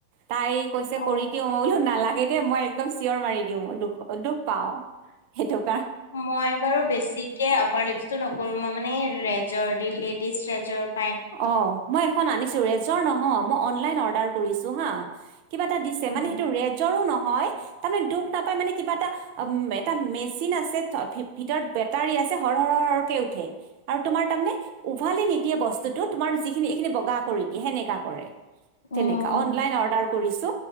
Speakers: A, on the right; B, on the left.
A: তাই কৈছে
B: অ
A: কৰি দিও মই বোলো নালাগে এ মই একদম চিঞৰ মাৰি দিও দুখ দুখ পাও সেইটোক
B: মই বাৰু বেছিকে আপাৰ লিপচটো নকৰো মই মানে ৰেজৰ দি লেপ ট্ৰেচ্ ৰেজব
A: অ মই এখন আনিছো ৰেজৰ নহয় মই অনলাইন অৰ্ডাৰ কৰিছো হা কিবা এটা দিছে
B: উম,
A: মানে সেইটো ৰেজৰো ন হয় তাৰমানে দুখ নাপায় মানে কিবা এটা এটা মেচিন আছে ভি ভিতৰত বেটাৰী আছে হৰ হৰ কে উঠে আৰু তোমাৰ তাৰে উভালি নিদিয়ে বস্তু যদিঅ তোমাৰ যিখিনি এইখিনি বগা কৰি দিয়ে সেনেকা কৰে
B: উম,
A: তেনেকা অনলাইন অৰ্ডাৰ কৰিছো